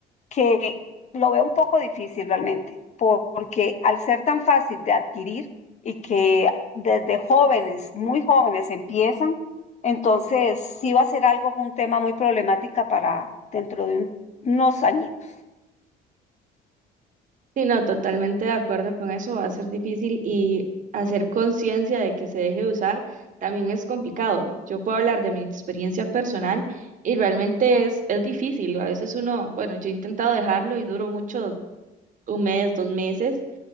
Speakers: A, on the left; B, on the right.
A: que lo veo un poco difícil realmente, por- porque al ser tan fácil de adquirir y que desde jóvenes, muy jóvenes empiezan, entonces sí va a ser algo, un tema muy problemática para dentro de un- unos añitos.
B: Sí, no, totalmente de acuerdo con eso, va a ser difícil y hacer conciencia de que se deje de usar también es complicado. Yo puedo hablar de mi experiencia personal y realmente es, es difícil. A veces uno, bueno, yo he intentado dejarlo y duro mucho, un mes, dos meses